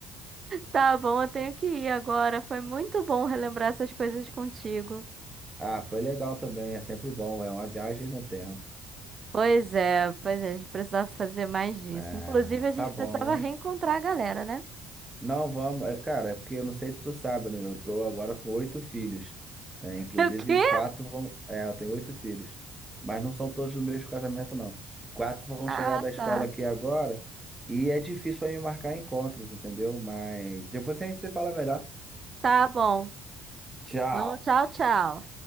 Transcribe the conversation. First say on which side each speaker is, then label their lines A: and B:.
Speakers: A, on the right (about 40°); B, on the right (about 15°).
A: Tá bom, eu tenho que ir agora. Foi muito bom relembrar essas coisas contigo.
B: Ah, foi legal também, é sempre bom, é uma viagem no tempo.
A: Pois é, pois é, a gente precisava fazer mais disso.
B: É,
A: Inclusive, a gente
B: tá bom.
A: precisava reencontrar a galera, né?
B: Não, vamos, é, cara, é porque eu não sei se tu sabe, né? Eu tô agora com oito filhos, né? Inclusive,
A: <laughs> O quê?
B: quatro vão. É, eu tenho oito filhos, mas não são todos no mesmo casamento, não. Quatro vão
A: Ah,
B: chegar da escola
A: tá.
B: aqui agora e é difícil pra mim marcar encontros, entendeu? Mas depois a gente se fala melhor.
A: Tá bom.
B: Tchau.
A: Então, tchau, tchau.